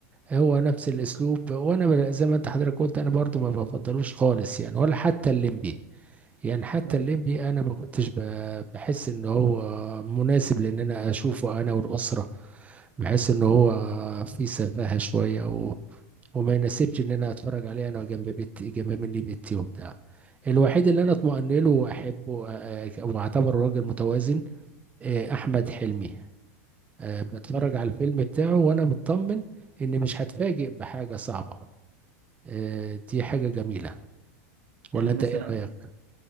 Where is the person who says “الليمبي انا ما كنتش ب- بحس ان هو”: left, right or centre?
Right